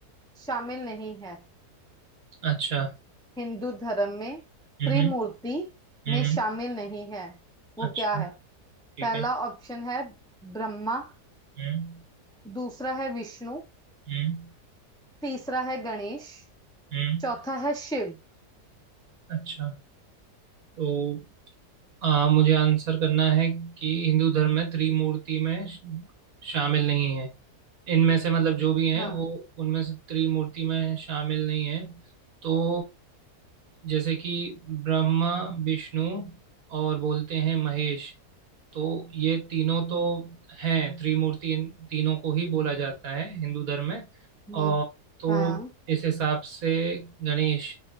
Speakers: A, in the centre; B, on the right.
A: शामिल नहीं है
B: अच्छा
A: हिंदू धर्म में
B: हम्म
A: त्रिमूर्ति
B: हम्म
A: में
B: हम्म,
A: शामिल नहीं है वो
B: अच्छा
A: क्या है
B: ठीक
A: पहला
B: है
A: ऑप्शन है ब्रह्मा
B: हम्म
A: दूसरा है विष्णु
B: हम्म
A: तीसरा है गणेश
B: हम्म
A: चौथा है शिव
B: अच्छा तो आ, मुझे आंसर करना है कि हिंदू धर्म में त्रिमूर्ति में श- शामिल नहीं है इनमें से मतलब जो भी हैं
A: हाँ
B: वो उनमें से त्रिमूर्ति में शामिल नहीं है तो जैसे कि ब्रह्मा विष्णु और बोलते हैं महेश तो ये तीनों तो हैं त्रिमूर्ति इन तीनों को ही बोला जाता है हिंदू धर्म में
A: हम्म
B: और तो
A: हाँ
B: इस हिसाब से गणेश